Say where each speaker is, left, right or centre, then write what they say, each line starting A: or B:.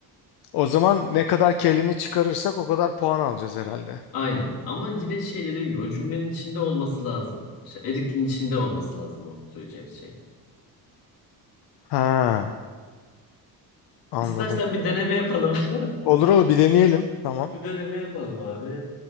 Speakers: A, on the left; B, on the left.
A: O zaman ne kadar kelime çıkarırsak o kadar puan alacağız herhalde.
B: Aynen. Ama yine şey dediğim gibi o cümlenin içinde olması lazım. Şey, Erik'in içinde olması lazım o söyleyeceğimiz şey.
A: Ha anladım.
B: İstersen bir deneme yapalım. <laughs>
A: Olur olur bir deneyelim. Tamam.
B: Bir deneme yapalım abi.